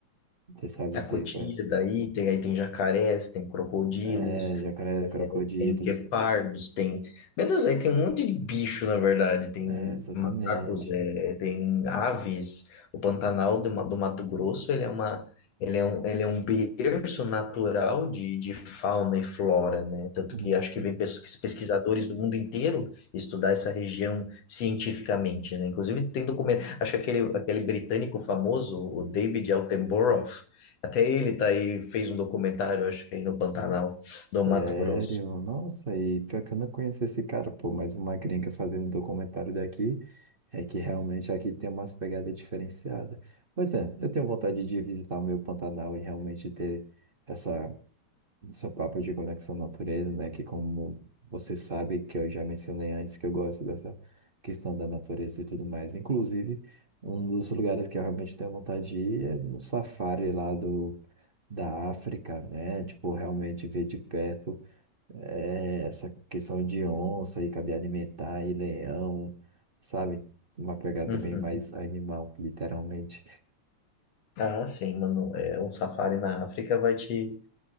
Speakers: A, on the right; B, on the left.
A: Você sabe
B: A
A: dizer
B: cotia
A: qual é?
B: daí tem, aí tem jacarés, tem crocodilos,
A: É, jacarés, crocodilos.
B: é, tem guepardos, tem. Meu Deus, aí tem um monte de bicho, na verdade. Tem
A: É, exatamente.
B: macacos, é, tem aves. O Pantanal do, Ma- do Mato Grosso, ele é uma, ele é um, ele é um berço natural de, de fauna e flora, né? Tanto
A: Uhum.
B: que acho que vem pesquis- pesquisadores do mundo inteiro estudar essa região cientificamente, né? Inclusive tem documento, acho que aquele, aquele britânico famoso, o David Attenborough, até ele tá aí, fez um documentário, acho que aí no Pantanal do
A: Sério?
B: Mato Grosso.
A: Nossa, e pior que eu não conheço esse cara, pô, mas uma gringa fazendo documentário daqui é que realmente aqui tem umas pegadas diferenciadas. Pois é, eu tenho vontade de visitar o meu Pantanal e realmente ter essa, essa papo de conexão à natureza, né? Que como você sabe, que eu já mencionei antes, que eu gosto dessa questão da natureza e tudo mais. Inclusive, um dos lugares que eu realmente tenho vontade de ir é no safári lá do, da África, né? Tipo, realmente ver de perto é, essa questão de onça e cadeia alimentar e leão, sabe? Uma pegada
B: Uhum.
A: bem mais animal, literalmente.
B: Ah, sim, mano. É, um safari na África vai te.